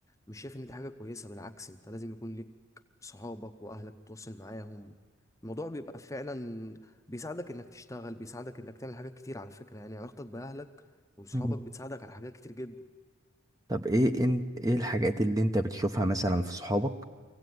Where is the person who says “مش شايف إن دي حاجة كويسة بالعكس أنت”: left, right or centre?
Left